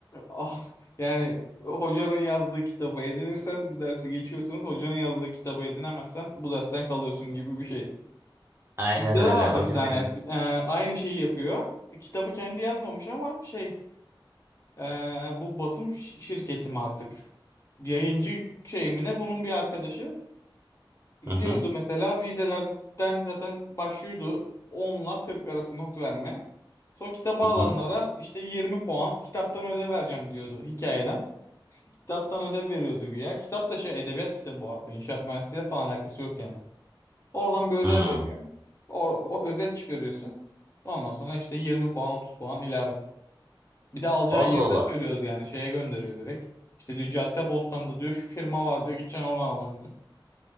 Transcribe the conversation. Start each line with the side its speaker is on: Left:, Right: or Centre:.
Left: Ah, Yani hocanın yazdığı kitabı edinirsen bu dersi geçiyorsun. Hocanın yazdığı kitabı edinemezsen bu dersten kalıyorsun gibi bir şey.
Right: Aynen
Left: Bizde de
Right: öyle.
Left: vardı
Right: Hoca
Left: bir tane.
Right: bildi.
Left: e, aynı şeyi yapıyor. Kitabı kendi yazmamış ama şey Ee, bu basım ş- şirketi mi artık? Yayıncı şey mi ne? Bunun bir arkadaşı gidiyordu
Right: Hı hı
Left: mesela vizelerden zaten başlıyordu 10'la 40 arası not verme. Sonra kitaba
Right: hı.
Left: alanlara
Right: hı.
Left: işte 20 puan kitaptan ödev vereceğim diyordu hikayeden. Kitaptan ödev veriyordu güya. Kitap da şey edebiyat kitabı bu arada. İnşaat mühendisliğiyle falan alakası yok yani. Oradan bir ödev
Right: Hı.
Left: veriyor. O, o özet çıkarıyorsun. Ondan sonra işte 20 puan 30 puan ilave. Bir de alacağın
Right: Allah
Left: yeri
Right: Allah.
Left: de söylüyordu yani şeye gönderiyor direkt. İşte diyor cadde Bostan'da diyor şu firma var diyor gideceksin oradan alacaksın diyor.